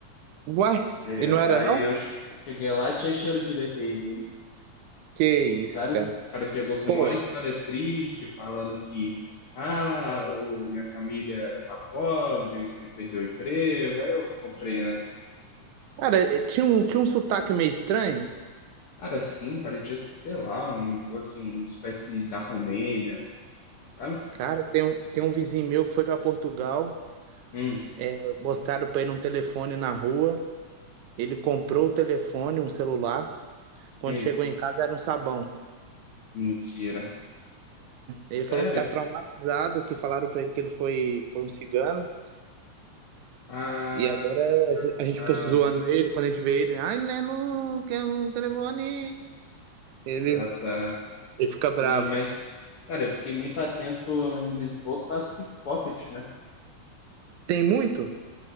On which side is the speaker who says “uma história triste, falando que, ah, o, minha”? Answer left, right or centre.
Left